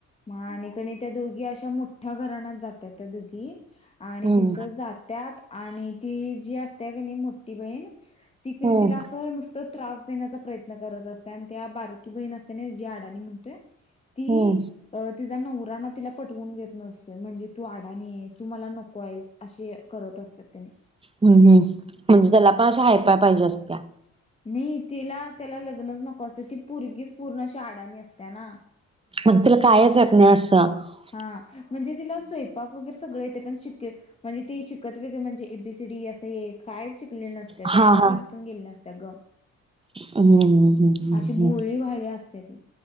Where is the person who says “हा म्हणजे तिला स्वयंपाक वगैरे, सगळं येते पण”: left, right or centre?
Left